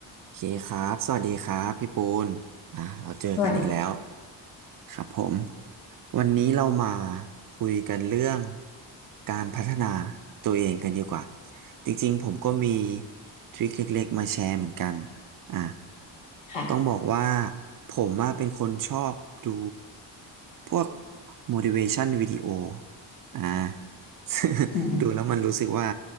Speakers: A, on the right; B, on the left.
A: โอเคครับ สวัสดีครับพี่ปูนอ่าเราเจอกันอีกแล้ว
B: สวัสดี
A: ครับผมวันนี้เรามาคุยกันเรื่องการพัฒนาตัวเองกันดีกว่าจริงๆผมก็มีทริคเล็กๆมาแชร์เหมือนกันอ่า
B: ค่ะ
A: ต้องบอกว่าผมอะเป็นคนชอบดูพวก motivation video อ่า <laughs>
B: อืม
A: ดูแล้วมันรู้สึกว่า